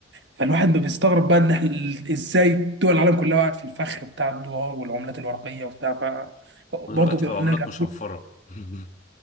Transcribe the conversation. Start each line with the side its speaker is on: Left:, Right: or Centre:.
Right: فالواحد ما بيستغرب بقى ان احنا ال- ازاي دول العالم كلها وقعت في الفخ بتاع الدولار والعملات الورقيه وبتاع ف
Left: ودلوقتي
Right: برضه
Left: بقى عملات
Right: نرجع
Left: مشفرة <laughs>